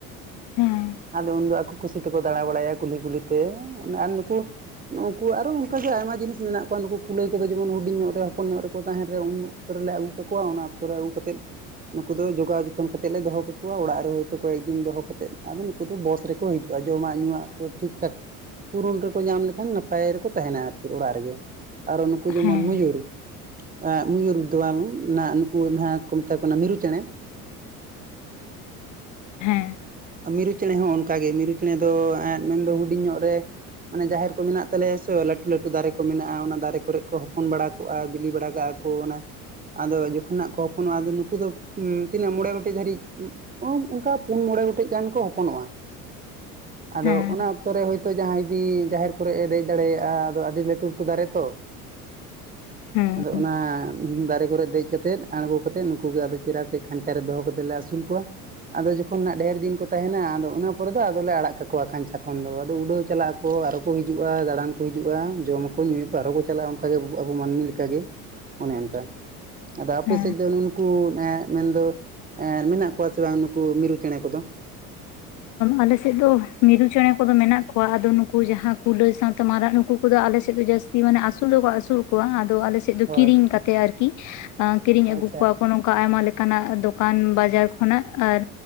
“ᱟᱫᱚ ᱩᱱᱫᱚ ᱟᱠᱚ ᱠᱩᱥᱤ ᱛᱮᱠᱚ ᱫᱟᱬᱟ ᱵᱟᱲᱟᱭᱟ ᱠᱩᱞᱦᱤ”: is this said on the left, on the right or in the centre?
Right